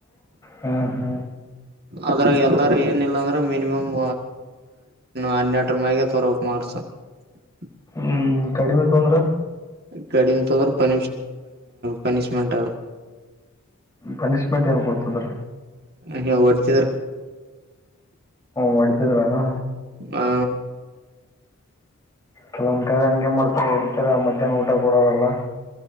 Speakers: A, on the left; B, on the right.
A: ಹ್ಮ್ ಹ್ಮ್
B: ಅದ್ರಾಗ ಎಲ್ಲಾರ ಏನಿಲ್ಲ ಅಂದ್ರ ಮಿನಿಮಮ್ ಹನ್ನೆರಟರ ಮ್ಯಾಗೆ ತರಕ್ ಮಾರಸ ಹ
A: ಹ್ಮ್ ಕಡಿಮೆ ತಂದ್ರ
B: ಕಡಿಮ ತ ಪ ಪನಿಷ್ಮೆಂಟ್
A: ಪನಿಷ್ಮೆಂಟ್ ಏನು ಕೊಡ್ತದ್ರ
B: ಹ ಒಡಚದ
A: ಮಾಡಡ್ತಿದ್ರಾನ
B: ಹಾ
A: ಕೆಲವೊಂದ್ ಕಡೆ ಹಂಗೆ ಮಾಡ್ತಾರೆ ಹರತರ ಮಧ್ಯಾಹ್ನ ಊಟ ಕೊಡೋಾರಲ್ಲ